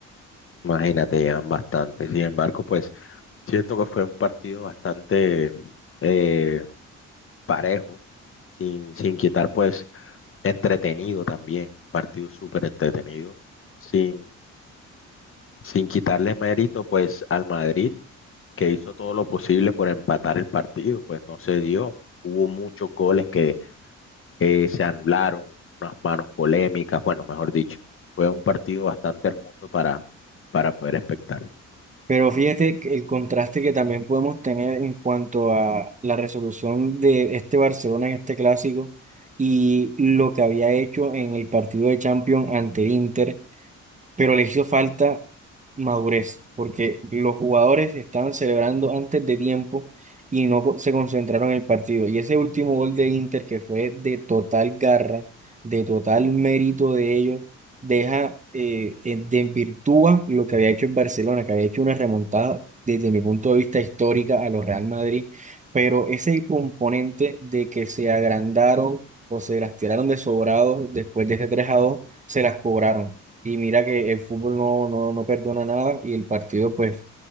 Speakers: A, on the left; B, on the right.
A: Imagínate, llevan bastante. Sin embargo, pues siento que fue un partido bastante eh, parejo, sin, sin quitar pues entretenido también, partido súper entretenido, sin, sin quitarle mérito pues al Madrid, que hizo todo lo posible por empatar el partido, pues no se dio. Hubo muchos goles que eh, se anularon unas manos polémicas, bueno, mejor dicho, fue un partido bastante hermoso para, para poder espectar.
B: Pero fíjate que el contraste que también podemos tener en cuanto a la resolución de este Barcelona en este clásico y lo que había hecho en el partido de Champions ante el Inter pero le hizo falta madurez, porque los jugadores estaban celebrando antes de tiempo y no co- se concentraron en el partido. Y ese último gol de Inter, que fue de total garra, de total mérito de ellos, deja, eh, eh, desvirtúa lo que había hecho en Barcelona, que había hecho una remontada desde mi punto de vista histórica a los Real Madrid, pero ese componente de que se agrandaron o se las tiraron de sobrados después de ese 3 a dos se las cobraron. Y mira que el fútbol no, no, no perdona nada y el partido pues